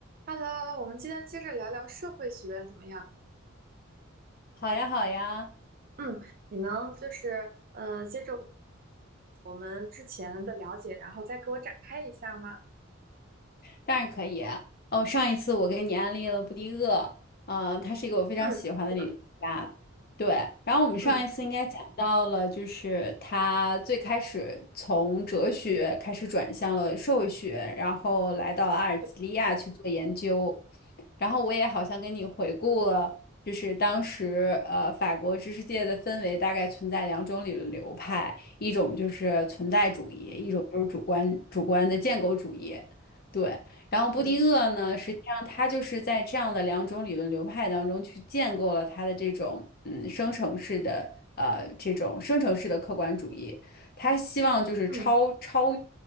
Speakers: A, on the right; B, on the left.
A: Hello，我们今天接着聊聊社会学怎么样？
B: 好呀，好呀，
A: 嗯，你能就是呃，接着我们之前的了解，然后再给我展开一下吗？
B: 当然可以。哦，上一次我给你安利了布迪厄，嗯、他是一个我非常喜欢的理论家。
A: 嗯，是的，
B: 对，然后我们上一次应该讲到了，
A: 嗯
B: 就是他最开始从哲学开始转向了社会学，然后来到了阿尔及利亚去做研究。
A: 对
B: 然后我也好像跟你回顾了，就是当时呃法国知识界的氛围大概存在两种理论流派，一种就是存在主义，一种就是主观主观的建构主义。对，然后布迪厄呢，
A: 嗯嗯
B: 实际上他就是在这样的两种理论流派当中去建构了他的这种嗯生成式的呃这种生成式的客观主义。他希望就是超超越
A: 嗯